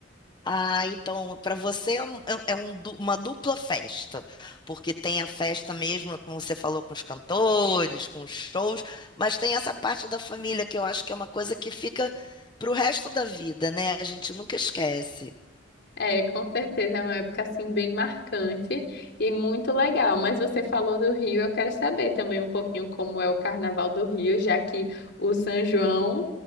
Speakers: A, on the left; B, on the left.
A: Ah, então, para você é, um- é- é um du- uma dupla festa, porque tem a festa mesmo, como você falou, com os cantores, com os shows, mas tem essa parte da família que eu acho que é uma coisa que fica pro resto da vida, né? A gente nunca esquece.
B: É, com certeza é uma época assim bem marcante e muito legal. Mas você falou do Rio, eu quero saber também um pouquinho como é o Carnaval do Rio, já que o São João